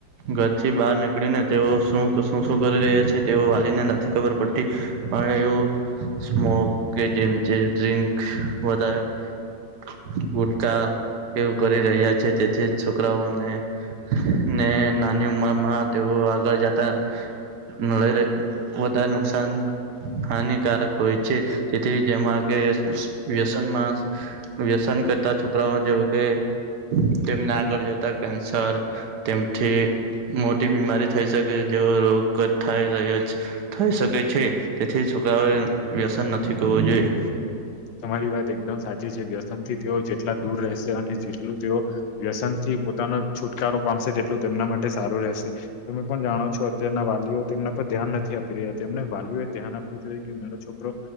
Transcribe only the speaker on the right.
ઘરથી બહાર નીકળીને તેઓ શું શું શું કરી રહ્યા તેઓ વાલીને નથી ખબર પડતી પણ એવો સ્મોક કે જેમ જે જિંક બધ ગુટકા એવું કરી રહ્યા છે તેથી છોકરાઓને ને નાની ઉંમર માં તેઓ આગળ જતા ને વધારે નુકસાન હાનિકારક હોય છે તેથી જેમાં કે વ્યસનમાં વ્યસન કરતા છોકરા કે તેમને આગળ જતા કેન્સર તેમથી મોટી બીમારી થઈ શકે જેવો રોગ થાય રહ્યો થઈ શકે છે તેથી છોકરાઓએ વ્યસન નથી કરવું જોઈએ.